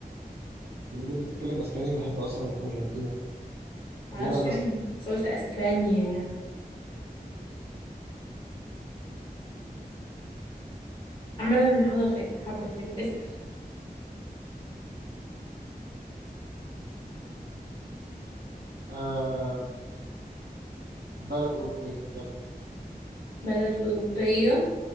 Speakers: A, on the right (about 80°); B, on the left (about 30°).
A: البلاد اللي بتتكلم اسباني بحب اصلا الارجنتين
B: معرفش
A: دول انا اللي
B: يعني
A: اسال
B: بس قلت اسبانيا يعني عامة حصل خير حصل خير اسأل
A: آه، بلد أوروبية يلا
B: بلد أوروبية